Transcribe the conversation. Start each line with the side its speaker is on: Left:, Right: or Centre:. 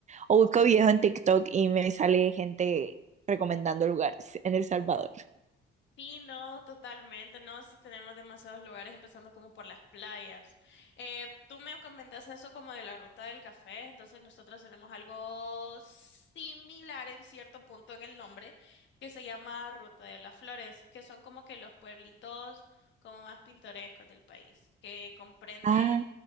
Right: O busco videos en TikTok y me sale gente recomendando lugares en El Salvador.
Left: Sí, no, totalmente, no, sí tenemos demasiados lugares, empezando como por las playas. Eh, tú me comentaste eso como de la ruta del café, entonces nosotros tenemos algo similar en cierto punto en el nombre, que se llama Ruta de las Flores, que son como que los pueblitos como más pintorescos del país, que comprenden
Right: Ah,